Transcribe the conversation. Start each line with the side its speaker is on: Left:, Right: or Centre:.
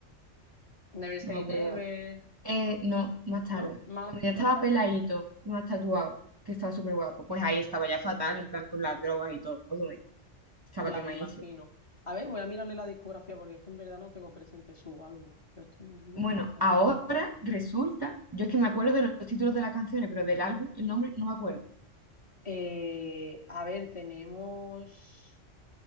Left: Never Say
Right: No me acuerdo.
Left: Never,
Right: Eh, no, más tarde.
Left: ¿no? Más,
Right: Cuando ya estaba
Left: más tarde.
Right: peladito, más tatuado, que estaba súper guapo, pues ahí estaba ya fatal, en plan con las drogas y todo, ¿eh? Estaba
Left: Ya,
Right: quemadísimo.
Left: me imagino. A ver, voy a mirarle la discografía porque es que en verdad no tengo presente su álbum. Pero estoy-
Right: Bueno,
Left: a
Right: ahora
Left: ver,
Right: resulta, yo es que me acuerdo de los títulos de las canciones, pero del álbum, el nombre no me acuerdo.
Left: Eh, a ver, tenemos